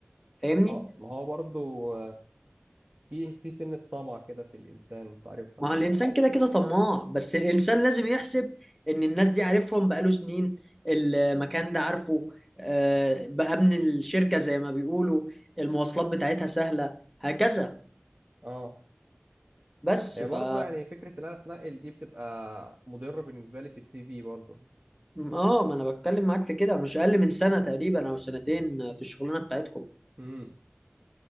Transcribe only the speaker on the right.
اه ما هو برضو في في سنة طمع كده في الإنسان أنت عارفها
اه
هي
برضه
يعني فكرة إن أنا أتنقل دي بتبقى مضرة بالنسبة لي في السي في برضه
امم